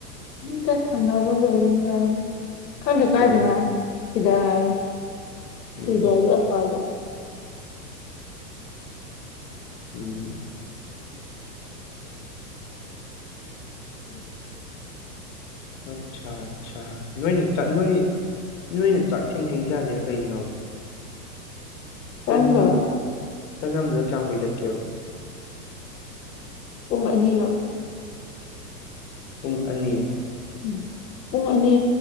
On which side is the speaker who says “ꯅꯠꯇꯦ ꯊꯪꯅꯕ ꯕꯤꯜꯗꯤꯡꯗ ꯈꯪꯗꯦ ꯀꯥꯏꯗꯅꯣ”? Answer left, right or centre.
Left